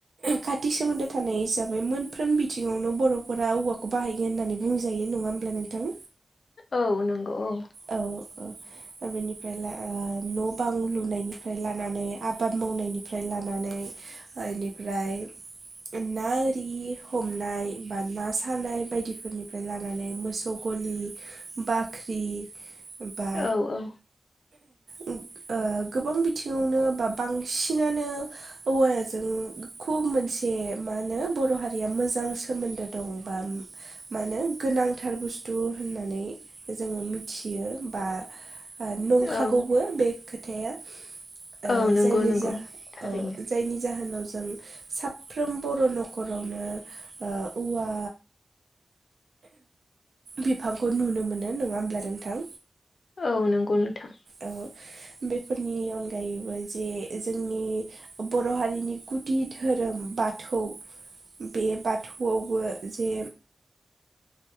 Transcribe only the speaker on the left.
औ नंगौ औ।
औ औ
औ
औ नंगौ
नंगौ
थारैनो
औ नंगौ नोंथां।